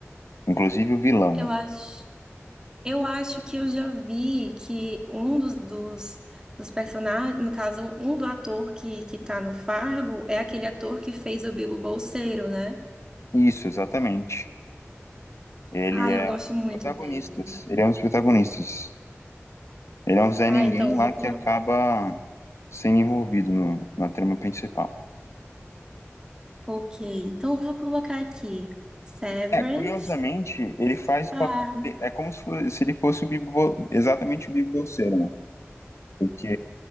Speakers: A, on the left; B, on the right.
A: inclusive o vilão.
B: Eu
A: né?
B: acho. Eu acho que eu já vi que um dos, dos, dos personagens, no caso, um do ator que, que tá no Fargo é aquele ator que fez o Bilbo Bolseiro, né?
A: Isso, exatamente. Ele
B: Ah,
A: é
B: eu gosto
A: um dos
B: muito
A: protagonistas.
B: dele.
A: Ele é um dos protagonistas. Ele é um Zé
B: Ah,
A: Ninguém
B: então eu
A: lá
B: vou
A: que
B: colocar.
A: acaba sendo envolvido no- na trama principal.
B: Ok, então eu vou colocar aqui Severance
A: É, curiosamente, ele
B: e
A: faz
B: Fargo.
A: pa- é como se, fo- se ele fosse o bibo, exatamente o Bibo Bolseiro, né? Porque